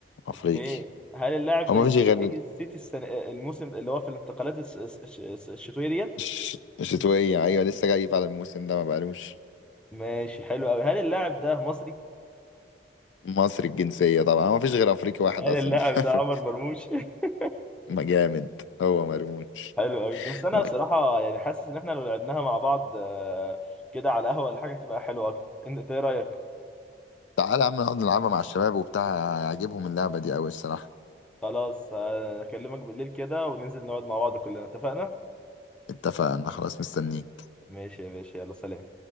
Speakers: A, on the left (about 85°); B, in the centre.
A: افريقي
B: اوكي هل اللاعب
A: هو
B: ده
A: ما
B: لسه
A: فيش غير
B: جاي السيتي السنة آه، الموسم اللي هو في الانتقالات الس- الس- الس- الس- الشتوية ديت
A: ش- شتوية ايوه لسه جاي فعلا الموسم ده ما بقالوش
B: ماشي حلو قوي هل اللاعب ده مصري
A: مصري الجنسية طبعا ما فيش غير افريقي واحد
B: هل
A: اصلا
B: اللاعب
A: <laughs> في-
B: ده عمر مرموش <laughs>
A: ما جامد هو مرموش
B: حلو قوي بس انا
A: لا
B: بصراحة يعني حاسس ان احنا لو لعبناها مع بعض آه، كده على القهوة ولا حاجة تبقى حلوة اكتر إن- انت ايه رأيك
A: تعالى يا عم نقعد نلعبها مع الشباب وبتاع هيعجبهم اللعبة دي أوي الصراحة
B: خلاص آه، اكلمك بالليل كده وننزل نقعد مع بعض كلنا اتفقنا
A: اتفقنا خلاص مستنيك
B: ماشي يا باشا يلا سلام